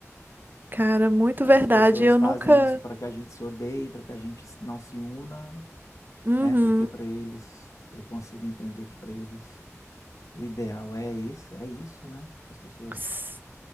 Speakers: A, on the right; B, on the left.
A: cara, muito
B: Essas
A: verdade.
B: pessoas
A: Eu
B: fazem
A: nunca.
B: isso para que a gente se odeie, para que a gente s- não se una,
A: Uhum.
B: né? Porque para eles, eu consigo entender que para eles o ideal é esse, é isso, né? As pessoas
A: S-